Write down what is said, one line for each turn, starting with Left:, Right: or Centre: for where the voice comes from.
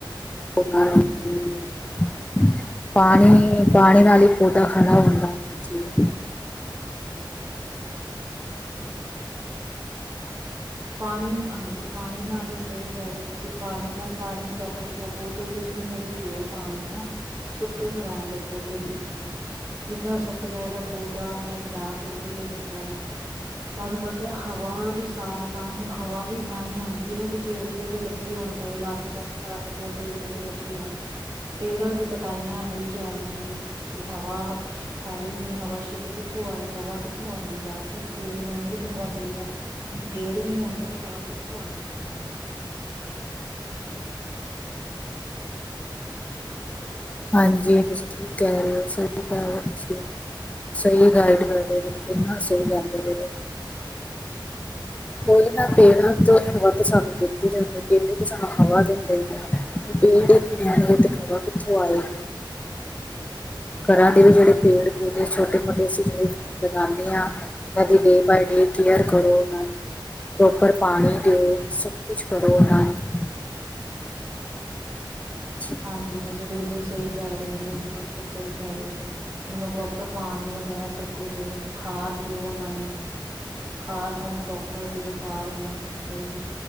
Left: ਪਤਾ ਨੀ <unintelligible> ਪਾਣੀ, ਪਾਣੀ ਨਾਲ ਈ ਪੌਦਾ ਖੜਾ ਹੁੰਦਾ ਹੈ, ਹਾਂਜੀ।
Right: <unintelligible> ਪਾਣੀ ਹਾਂਜੀ, ਪਾਣੀ ਨਾਲ ਈ ਸਈ ਕੇਹ ਰਹੇ ਹੋ ਤੁਸੀਂ। ਪਾਣੀ ਨਾ ਪਾਣੀ, ਜਦ ਤੋਂ ਜਦ ਦੋ-ਦੋ ਤਿੰਨ-ਤਿੰਨ ਵਾਰੀ ਦੀਓ ਪਾਣੀ ਨਾ। ਸੁੱਕੇ ਨਾ ਰੇਣ ਦੇਉ ਪੌਦੇੇ ਬਿਲਕੁਲ ਵੀ। ਜਿੰਨਾ ਸੁੱਕ ਜਾਏਗਾ ਪੌਦਾ, ਉਹਨਾਂ ਹੀ ਖ਼ਰਾਬ ਜਲਦੀ ਹੋ ਜਾਂਦਾ ਵੇ। ਤੁਆਨੂੰ ਪਤਾ ਹੈ, ਹਵਾ ਵੀ ਸਾਫ਼ ਤਾਂ ਹੀ, ਹਵਾ ਵੀ ਤਾਂ ਹੀ ਆਉਂਦੀ ਹੈ, ਜੇ ਪੇੜ ਪੌਦੇ ਲੱਗੇ ਹੋਣ ਕੋਲ, ਆਸੇ ਪਾਸੇ ਘਰ ਦੇ ਕੋਲ, ਪੇੜ ਪੌਦੇ ਲੱ ਗੇ ਹੋਣ, ਪੇੜਾਂ ਦੀ ਕਟਾਈਆਂ ਹੋਈ ਜਾ ਰਈ ਐ, ਤੇ ਹਵਾ ਹੈ ਈ ਨਈ, ਹਵਾ ਸ਼ੁੱਧ ਕਿੱਥੋਂ ਆਏ, ਹਵਾ ਕਿੱਥੋਂ ਆਉਂਦੀ ਜ਼ਿਆਦਾਤਰ, ਪੇੜ ਹੋਣਗੇ ਤੇ ਹਵਾ ਦੇਗਾ ਨਾ। ਪੇੜ ਨੀ ਹੋਣਗੇ, ਤੇ ਹਵਾ ਕਿੱਥੋਂ ਆਏਗੀ?
Left: ਹਾਂਜੀ, ਤੁਸੀਂ ਠੀਕ ਕਹਿ ਰਹੇ ਹੋ, ਸਈ ਕਹਿ ਰਹੇ ਹੋ ਤੁਸੀਂ। ਸਈ ਗਾਈਡ ਕਰਦੇ ਬਿਲਕੁਲ ਨਾ, ਸਈ ਕਹਿੰਦੇ ਬਏ ਔ। ਕੋਈ ਨਾ ਪੇੜਾ <unintelligible> ਤੋਂ ਵੱਧ ਸਾਨੂੰ ਦਿੱਤੀ ਜਾਂਦੀ, ਪੇੜ ਈ ਤੇ ਸਾਨੂੰ ਹਵਾ ਦਿੰਦੇ ਨੇ, ਪੇੜ ਈ ਨੀ ਰਹਿਣਗੇ ਤੇ ਖਵਾ ਕਿੱਥੋਂ ਆਏਗੀ?
Right: <unintelligible>
Left: ਘਰਾਂ ਦੇ ਵੀ ਜਿਹੜੇ ਪੇੜ ਪੌਦੇੇ, ਛੋਟੇ ਮੋਟੇ, ਅਸੀਂ ਜਿਹੜੇ ਲਗਾਣੇ ਆ ਉਨ੍ਹਾਂ ਦੀ ਡੇ ਬਾਏ ਡੇ ਕੇਅਰ ਕਰੋ ਓਨਾਂ ਨੂੰ। ਪ੍ਰੋਪਰ ਪਾਣੀ ਦਿਓ, ਸਭ ਕੁਛ ਕਰੋ ਓਨਾਂ ਨੂੰ। <inaudible>
Right: ਹਾਂਜੀ, ਤੁਸੀ ਬਿਲਕੁਲ ਸਈ ਕਹਿ ਰਹੇ ਹੋ ਜੀ। ਬਿਲਕੁਲ ਸਈ ਕਹਿ ਰਹੇ ਓ। ਓਨੂੰ ਪ੍ਰੋਪਰ ਪਾਣੀ ਵਗੈਰਾ ਸਭ ਕੁਛ ਦਿਓ। ਖਾਦ ਦਿਓ ਓਨਾਂ ਨੂੰ। ਖਾਦ ਨਾਲ ਪ੍ਰੋਪਰ ਦਿਓ, ਖਾਦ ਏਨਾਂ ਨੂੰ ਸਈ ਏ।